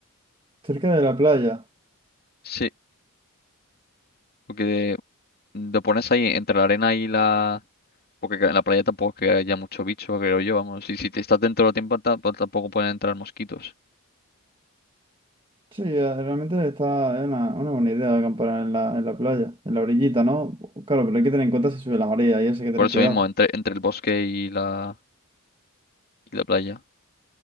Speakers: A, on the right; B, on the left.
A: Cerca de la playa.
B: Sí, porque lo pones ahí entre la arena y la... Porque en la playa tampoco es que haya mucho bicho, creo yo, vamos, y si te estás dentro de la tienda tampoco pueden entrar mosquitos.
A: Sí, eh, realmente está es una, una buena idea acampar en la, en la playa, en la orillita, ¿no? Claro, pero hay que tener en cuenta si sube la marea y eso hay que
B: Por
A: tener
B: eso
A: cuidado.
B: mismo, entre, entre el bosque y la, y la playa.